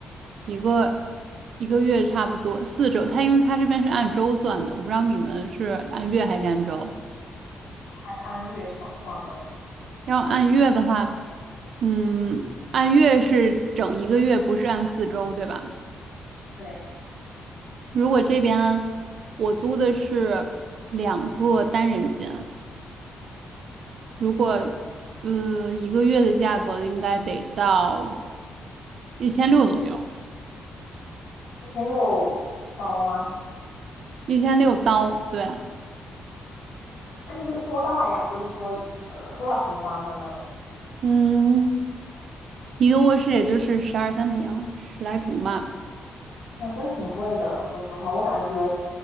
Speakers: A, on the right; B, on the left.
A: 一个一个月差不多四周，他因为他这边是按周算的，我不知道你们是按月还是按周。
B: 还是按月算算的。
A: 要按月的话，嗯，按月是整一个月，不是按四周，对吧？
B: 对，
A: 如果这边我租的是两个单人间，如果呃一个月的价格应该得到一千六左右，
B: 一千六刀吗？
A: 一千六刀，对啊，
B: 那就是多大呀？就是说，呃，多大平方的那种？
A: 嗯，一个卧室也就是十二三平，十来平吧。
B: 那真挺贵的。说实话，我感觉，